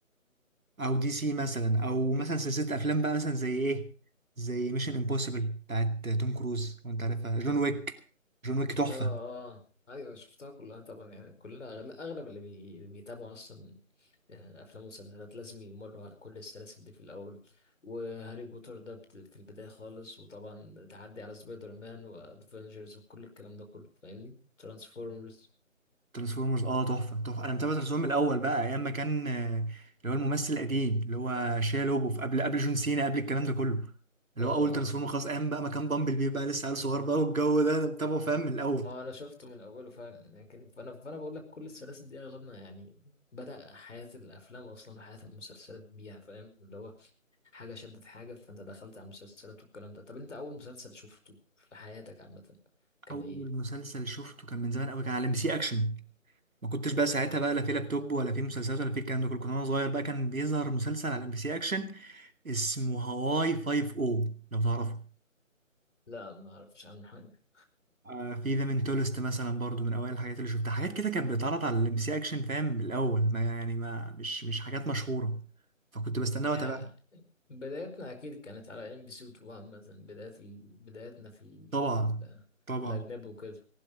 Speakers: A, on the right; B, on the left.
A: او دي سي مثلا او مثلا سلسله افلام بقى مثلا زي ايه زي ميشن امبوسيبل بتاعت توم كروز وانت عارفها جون ويك جون ويك تحفه
B: اه اه ايوه شفتها كلها طبعا يعني كلنا اغلب, أغلب اللي بي... بيتابعوا اصلا آه، افلام ومسلسلات لازم يمروا على كل السلاسل دي في الاول وهاري بوتر ده بت... في البدايه خالص وطبعا تعدي على سبايدر مان وادفنجرز وكل الكلام ده كله فاهمني ترانسفورمرز
A: ترانسفورمرز اه تحفه تحفه انا متابع ترانسفورمرز من الاول بقى ايام ما كان آه، اللي هو الممثل القديم اللي هو شيا لوبوف قبل قبل جون سينا قبل الكلام ده كله اللي
B: اه
A: هو اول ترانسفورمر
B: اه
A: خلاص ايام بقى ما كان بامبل بي بقى لسه عيل صغير بقى والجو ده أنا متابعه فاهم من الاول
B: ما هو انا شفته من اوله فعلا لكن فانا فانا بقول لك كل السلاسل دي اغلبنا يعني بدأ حياة الافلام اصلا حياة المسلسلات بيها فاهم اللي هو حاجة شدت حاجة فانت دخلت على المسلسلات والكلام ده طب انت اول مسلسل شفته في حياتك عامة كان
A: اول
B: ايه
A: مسلسل شفته كان من زمان قوي كان على ام بي سي اكشن ما كنتش بقى ساعتها بقى لا في لابتوب ولا في مسلسلات ولا في الكلام ده كله كنت وانا صغير بقى كان بيظهر مسلسل على ام بي سي اكشن اسمه هواي 5 او لو تعرفه
B: لا ما اعرفش عنه حاجة
A: آه في ذا منتولست مثلا برضو من اوائل الحاجات اللي شفتها حاجات كده كانت بتتعرض على الام بي سي اكشن فاهم من الاول ما يعني ما مش مش حاجات مشهوره فكنت بستناها
B: اي
A: واتابعها
B: حاجة بدايتنا اكيد كانت على ام بي سي 2 عامة بداية ال... بدايتنا في ال...
A: طبعا
B: في, ال...
A: طبعا
B: في الاجنبي وكده